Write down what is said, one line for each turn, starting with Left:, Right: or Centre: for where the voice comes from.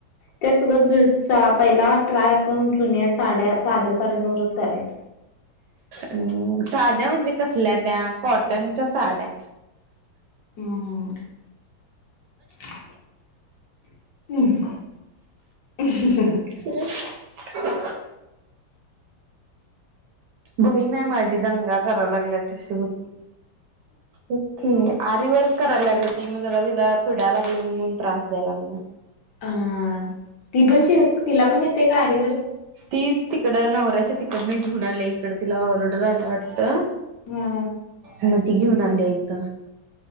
Left: त्याच ग पहिला ट्राय आपण जुन्या साड्या साध्या साड्यांवरच करायच.
Right: अम् साड्या म्हणजे कसल्या त्या कॉटनच्या साड्या.
Left: हम् हम्
Right: <inaudible> बहीण आहे माझी दंगा कराया लागल्या. तशी होती ओके आरी वर्क करायला लाग त मग जरा तिला पिडाय लागली म्हणून त्रास द्यायला लागला.
Left: अ ती पण श. तिला पण येते का आरीवर्क.
Right: तीच तिकड नवऱ्याच्या तिकडन घेऊन आली इकड. तिला ऑर्डर आला वाटत.
Left: हा हा
Right: म ती घेऊन आले इथ.